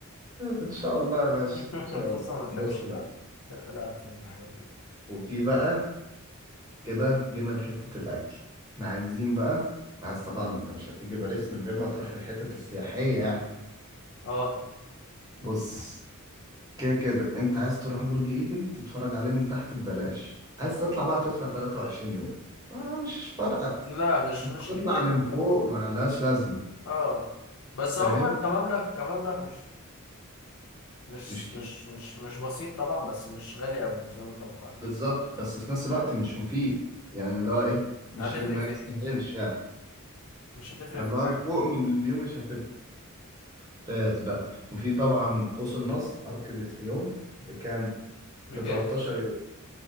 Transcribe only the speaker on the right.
ان شاء الله يا باشا
ان شاء
الله
بص
بقى
وفي بقى كده جينا لحتة الاكل احنا عايزين بقى انت عايز طبعا انت مش هتيجي باريس من غير ما تروح الحتت السياحية
بص كده كده انت عايز تروح برج ايفل تتفرج عليه من تحت ببلاش عايز تطلع بقى تدفع 23 يورو ما مش فارقة
تطلع
من
فوق ما لهاش لازمة
فاهم
مش كي...
بالظبط بس في نفس الوقت مش مفيد يعني اللي هو ايه مش
ما
يستاهلش
يعني
اللي
هو
الفوق من الفيو مش هتبقى ممتاز بقى وفي طبعا قوس النصر ارك دي تريومف بكام
ب 13 يوم